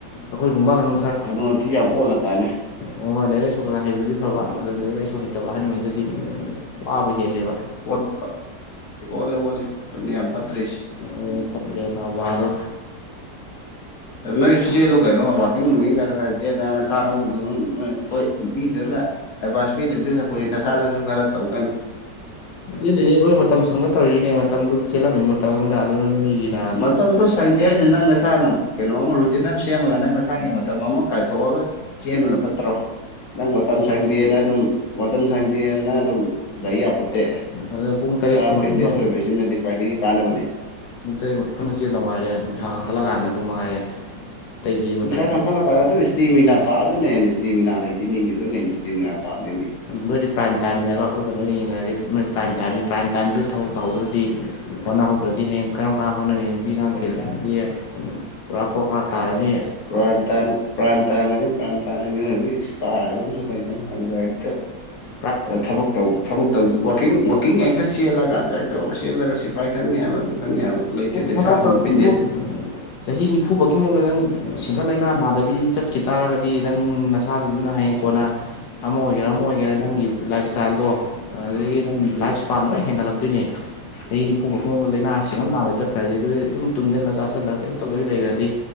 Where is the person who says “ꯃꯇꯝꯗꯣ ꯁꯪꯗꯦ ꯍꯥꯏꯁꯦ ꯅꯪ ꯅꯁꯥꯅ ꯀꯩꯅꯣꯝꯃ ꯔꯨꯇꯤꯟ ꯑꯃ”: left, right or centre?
Left